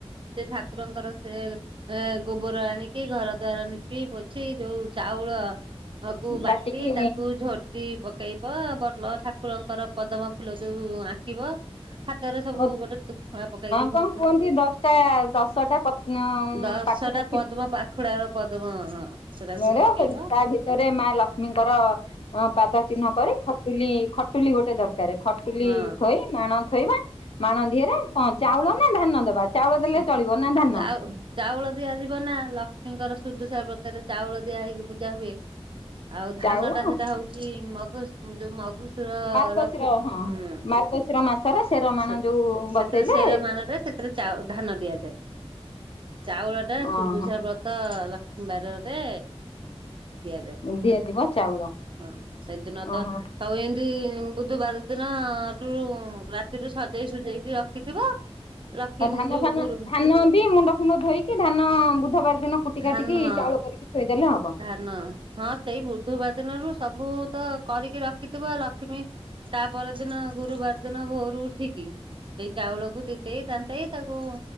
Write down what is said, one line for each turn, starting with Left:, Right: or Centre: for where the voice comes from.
Right: ସେ ଠାକୁରଙ୍କର ସେ ଏ ଗୋବର ଆଣି କି ଘର ଦ୍ଵାର ନିପି ପୋଛି ଯୋଉ ଚାଉଳ କୁ ବାଟି
Left: ବାଟିକି
Right: ତାକୁ ଝୋଟି ପ ପକେଇବ ବଲ ଠାକୁରଙ୍କର ପଦମ ଫୁଲ ଯୋଉ ଆଙ୍କିବ ହା ତ ରେ ସବୁ
Left: ହଁ
Right: ଗୋଟେ ଫ ପକେଇକି
Left: କଣ
Right: ହୁଁ
Left: କୁହନ୍ତି ଦଶଟା ଦଶଟା ପାଖୁଡା
Right: ଦଶଟା ଆ ପଦ୍ମ ପାଖୁଡାର ପଦ୍ମ ହଁ। ସେଟାକୁ
Left: ମରେ
Right: ପକେଇବ
Left: ତା ଭିତରେ ମା ଲକ୍ଷ୍ମୀଙ୍କର ଅଁ ପାଦ ଚିହ୍ନ କରେ ଖଟୁଲି ଖଟୁଲି ଗୋଟେ ଦରକାର ଖଟୁଲି
Right: ହଁ
Left: ଥୋଇ ମାଣ ଥୋଇବା ମାଣ ଦିହରେ କଣ ଚାଉଳ ନା ଧାନ ଦବା? ଚାଉଳ ଦେଲେ
Right: ସେ
Left: ଚଳିବ ନା ଧାନ
Right: ଚାଉ ଚାଉଳ ଦିଆଯିବ ନା ଲକ୍ଷ୍ମୀଙ୍କର ସୁଦୁସା ବ୍ରତରେ ଚାଉଳ ଦିଆ ହେଇକି ପୂଜା ହୁଏ ଆଉ ଧାନ
Left: ଚାଉଳ
Right: ଟା ସେଟା ହଉଚି ମଗୁ ହୁଁ ଯୋଉ ମଗୁସୁୁର
Left: ମାର୍ଗଶିର
Right: ଲକ୍ଷ୍ମୀ
Left: ହଁ
Right: ହୁଁ।
Left: ମାର୍ଗଶିର ମାସରେ ରମାଣ
Right: ସେ
Left: ଯୋଉ
Right: ସେଥିରେ
Left: ବସେଇଲେ
Right: ସେର ମାଣରେ ସେଥିରେ ଚା ଧାନ ଦିଆଯାଏ। ଚାଉଳ ଟା
Left: ଓହୋ
Right: ସୁଦୂଶା ବ୍ରତ ଲକ୍ଷ୍ମୀ ବାରରେ ଦିଆଯାଏ
Left: ଦିଆଯିବ ଚାଉଳ
Right: ହଁ ସେଦିନ ତ
Left: ଓହୋ
Right: ହଉ ଏମିତି ବୁଧବାର ଦିନ ରୁ ରାତିରୁୁ ସଜେଇ ସୁଜେଇକି ରଖିଥିବ। ଲକ୍ଷ୍ମୀ
Left: ଅ ଧାନ
Right: ଯୋଉ
Left: ଫାନ
Right: ଗୁରୁ
Left: ଧାନ ବି ମୁଣ୍ଡ ଫୁଣ୍ଡ ଧୋଇକି ଧାନ ବୁଧବାର ଦିନ କୁଟି
Right: ଧାନ
Left: କାଟିକି
Right: ହଁ
Left: ଚାଉଳ କରିକି ଥୋଇଦେଲେ ହବ
Right: ଧାନ ହଁ ସେଇ ବୁଧବାର ଦିନରୁ ସବୁ ତ କରିକି ରଖିଥିବ ଲକ୍ଷ୍ମୀ ତାପ ଦିନ ଗୁରୁବାର ଦିନ ଭୋରୁ ଉଠିକି ସେଇ ଚାଉଳକୁ ତିନ୍ତେଇ ତାନ୍ତେଇ ତାକୁ